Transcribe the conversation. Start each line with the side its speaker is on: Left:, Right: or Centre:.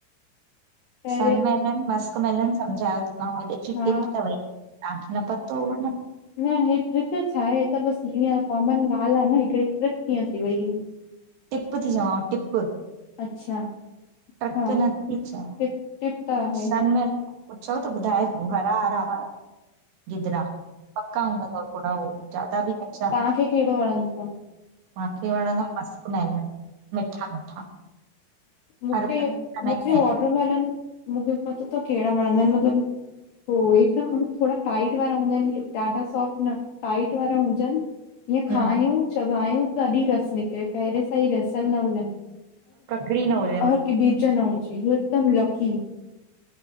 Left: पहिरें
Right: सन मैलन मास्क मैलन सम्झायो ती मांव, अॼु जी
Left: हा
Right: टिप तव हे। ताखे न पतो हुव न।
Left: न हे ट्रप छा आहे त बस ईअं कॉमन ॻाल्हि आ न हिकड़ी, ट्रप कीअं थी वई।
Right: टिप थी चवांव टिप
Left: अच्छा।
Right: ट्रक
Left: हा
Right: नथी चवां,
Left: टिप टिप त आहे
Right: सनमैलन
Left: हा।
Right: पुछो त ॿुधाए जो, हल। <unintelligible> गिदरा पंका हूंदा तव थोरा ओ ज्यादा बि कच्चा
Left: तव्हांखे
Right: न।
Left: कहिड़ो वणंदो तव?
Right: माखे वणंदा मस्क मैलन मिठा मिठा।
Left: मुखे,
Right: हर बार ईंदा
Left: मुखे
Right: आहिनि।
Left: वॉटरमेलन। मुखे पतो तव कहिड़ा वणंदा इन, मतिलब हो हिकदमि थोरा टाईट वारा हूंदा इन कि ॾाढा सॉफ्ट न टाइट वारा हुजन ईअं
Right: हम
Left: खायूं चबायूं तडी रस निकरे पहिरें सां ई रसियल न हुजन।
Right: प्री न हुजनि।
Left: कि ॿीज न हुजे, हिकदम लसी,